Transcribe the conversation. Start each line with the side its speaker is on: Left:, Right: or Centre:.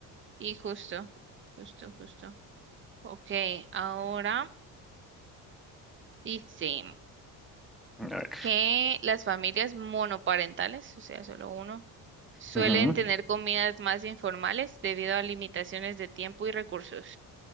Right: sí, justo, justo, justo. Ok, ahora dice
Centre: A ver.
Right: que las familias monoparentales, o sea, solo uno, suelen
Centre: Ujú.
Right: tener comidas más informales debido a limitaciones de tiempo y recursos.